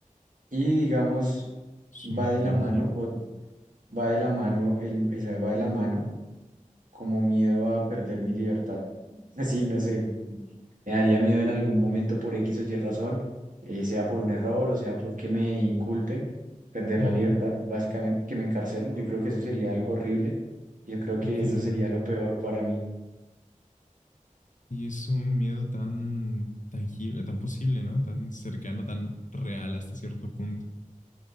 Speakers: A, on the right; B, on the left.
A: Y digamos,
B: su
A: va
B: miedo
A: de
B: tangible.
A: la mano, o va de la mano, el, o sea, va de la mano como miedo a perder mi libertad. <laughs> Así, no sé, me daría miedo en algún momento por X o Y razón, eh, sea por un error o sea porque me inculpen, perder
B: Ujú.
A: la libertad, básicamente que me encarcelen. Yo creo que eso sería algo horrible. Yo creo
B: Y
A: que
B: claro,
A: eso sería lo peor para mí.
B: Y es un miedo tan tangible, tan posible, ¿no? Tan cercano, tan real hasta cierto punto.